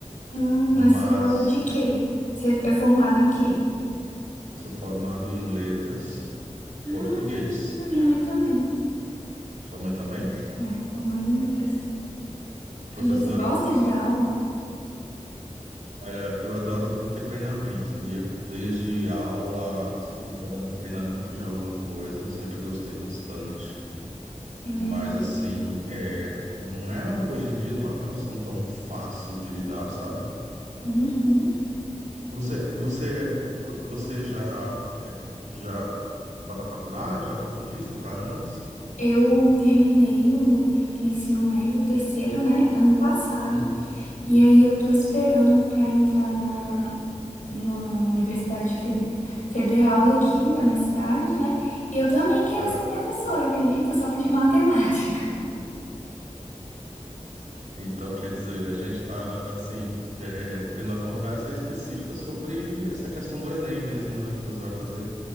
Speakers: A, on the left (about 85°); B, on the right (about 80°).
A: Hum,
B: Mas
A: mas você dá aula de quê? Você é formado em quê?
B: Eu sou formado em letras,
A: Ah,
B: português.
A: caramba, minha mãe também.
B: Sua mãe também?
A: É, formada em letras.
B: É professora?
A: E você gosta de dar aula?
B: Olha, eu adoro tudo que é treinamento, sabia? Desde aula, se for para dar um treinamento de alguma coisa, eu sempre gostei bastante.
A: Hum,
B: Mas, assim, é, não é hoje em dia não é uma profissão tão fácil de lidar, sabe?
A: uhum.
B: Você, você, você já, é, já tá na faculdade? Já passou disso? Tá antes?
A: Eu terminei o ensino médio o terceiro, né, ano passado,
B: Uhum.
A: e aí eu tô esperando pra entrar na, na Universidade Fe- Federal daqui, da minha cidade, né? E eu também queria
B: Certo.
A: ser professora, acredita? Só que de matemática.
B: Então, quer dizer, a gente está, assim, é, tendo a conversa específica sobre essa questão do Enem mesmo, né? Que você vai fazer.